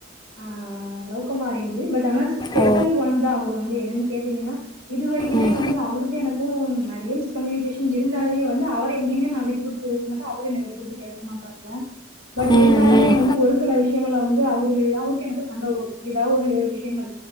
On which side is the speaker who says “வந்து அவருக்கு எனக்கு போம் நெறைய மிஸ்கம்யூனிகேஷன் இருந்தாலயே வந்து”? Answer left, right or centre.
Right